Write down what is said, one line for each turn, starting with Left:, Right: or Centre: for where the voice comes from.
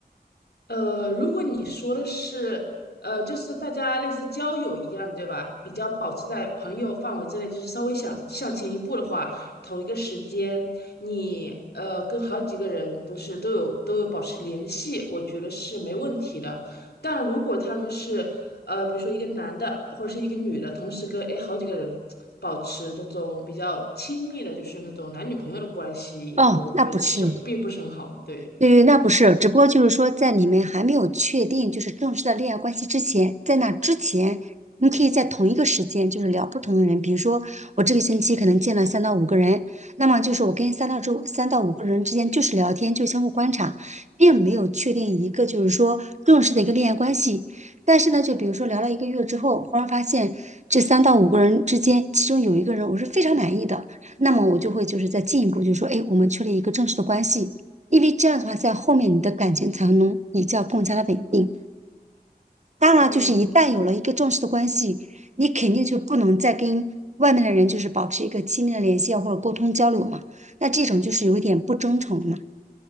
Left: 呃，如果你说的是，呃，就是大家类似交友一样，对吧？比较保持在朋友范围之内，就是稍微想向前一步的话，同一个时间，你呃跟好几个人都是都有都有保持联系，我觉得是没问题的。但如果他们是呃，比如说一个男的或者是一个女的，同时跟诶好几个人保持那种比较亲密的，就是那种男女朋友的关系，
Right: 哦，
Left: 那我觉得其实并不是很好，
Right: 那不是。
Left: 对。
Right: 对，那不是，只不过就是说，在你们还没有确定就是正式的恋爱关系之前，在那之前，你可以在同一个时间就是聊不同的人。比如说，我这个星期可能见了三到五个人，那么就是我跟三到周三到五个人之间就是聊天，就相互观察，并没有确定一个就是说正式的一个恋爱关系。但是呢，就比如说聊了一个月之后，忽然发现这三到五个人之间，其中有一个人我是非常满意的，那么我就会就是再进一步就说，哎，我们确立一个正式的关系。因为这样的话，在后面你的感情才能比较更加的稳定。当然了，
Left: 嗯，
Right: 就是一旦有了一个正式的关系，你肯定就不能再跟外面的人就是保持一个亲密的联系啊或者沟通交流嘛。那这种就是有一点不真诚了嘛。